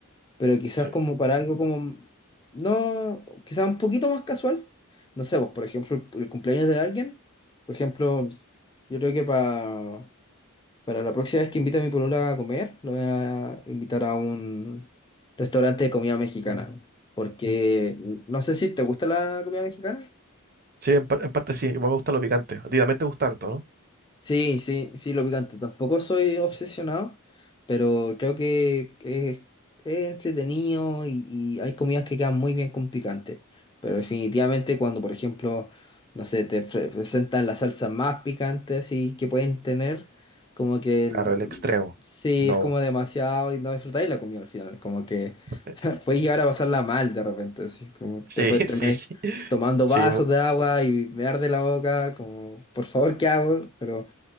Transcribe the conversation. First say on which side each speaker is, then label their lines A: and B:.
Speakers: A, on the left; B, on the right.
A: pero quizás
B: Sí,
A: como para algo como, no, quizás un poquito más casual. No sé, vos por ejemplo, el, el cumpleaños de alguien, por ejemplo, yo creo que pa- para la próxima vez que invite a mi polola a comer, lo voy a invitar a un restaurante de comida mexicana, porque no sé si te gusta la comida mexicana.
B: sí en, par- en parte sí, igual me gusta lo picante. A ti también te gusta harto, ¿no?
A: Sí, sí, sí, lo picante. Tampoco soy obsesionado, pero creo que es, es entretenido y, y hay comidas que quedan muy bien con picante. Pero definitivamente cuando, por ejemplo, no sé, te pre- presentan las salsas más picantes y que pueden tener, como que
B: Claro,
A: mm,
B: el extremo.
A: sí,
B: No.
A: es como demasiado y no disfrutáis la comida al final. Como que
B: eh,
A: <laughs> puedes llegar a pasarla mal de repente, así como
B: Sí,
A: después
B: <laughs>
A: termináis
B: sí, sí.
A: tomando
B: Sí,
A: vasos
B: mu-
A: de agua y me arde la boca, como, por favor, ¿qué hago? Pero...